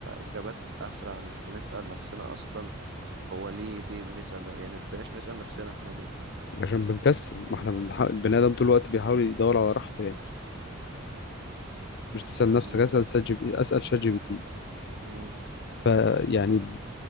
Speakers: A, on the right; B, on the left.
A: اجابات اسرع مش بنسأل نفسنا اصلا هو ليه ليه بنسأل نف- يعني مبقيناش بنسأل نفسنا احنا ليه
B: عشان بنكسل ما احنا بنحاول البني ادم طول الوقت بيحاول يدور على راحته يعني مش تسال نفسك
A: مم.
B: اسال شات جي بي اسال شات جي بي تي
A: مم.
B: فيعني